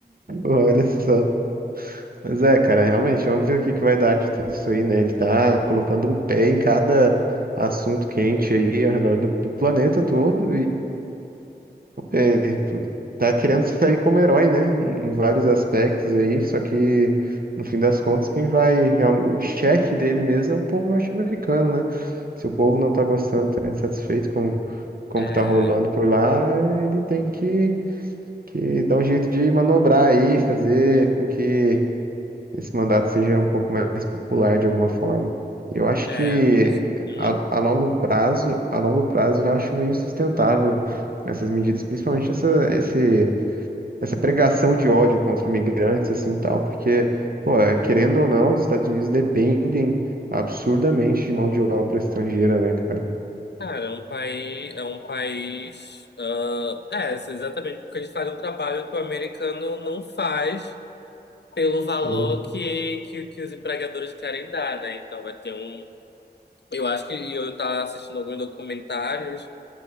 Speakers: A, on the right; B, on the left.
A: Olha só. Mas é, cara, realmente, vamos ver o que que vai dar de tudo isso aí, né? Ele tá colocando um pé em cada assunto quente aí ao redor do, do planeta todo é, tá querendo sair como herói, né? Em, em vários aspectos aí, só que no fim das contas, quem vai, real- o chefe dele mesmo é o povo norte-americano, né? Se o povo não tá gostando, tá insatisfeito com, com
B: É,
A: o que tá rolando por lá, ele tem que, que dar um jeito de manobrar aí, fazer com que esse mandato seja um pouco mais popular de alguma forma. Eu acho
B: é,
A: que
B: me diz- Uhum.
A: a, a longo prazo, a longo prazo, eu acho meio sustentável essas medidas, principalmente essa, esse, essa pregação de ódio contra imigrantes, assim, e tal, porque, pô, é, querendo ou não, os Estados Unidos dependem absurdamente de mão de obra estrangeira, né, cara?
B: Cara, é um país, é um país, ah, é, assim, exatamente, porque eles fazem um trabalho que o americano não faz pelo valor
A: Sim,
B: que, que, que os empregadores querem dar, né? Então vai ter um, eu acho que e eu estava assistindo alguns documentários